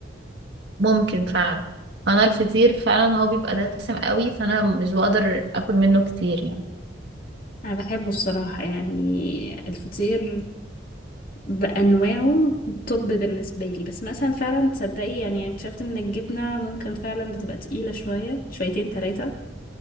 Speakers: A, on the right; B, on the left.
A: ممكن فعلا فأنا الفطير فعلا هو بيبقى دسم قوي فأنا مش بقدر أكل منه كتير يعني
B: انا بحبه الصراحة يعني الفطير بانواعه توب بالنسبة لي بس مثلا فعلا تصدقي يعني اكتشفت ان الجبنة ممكن فعلا بتبقى تقيلة شوية شويتين ثلاثة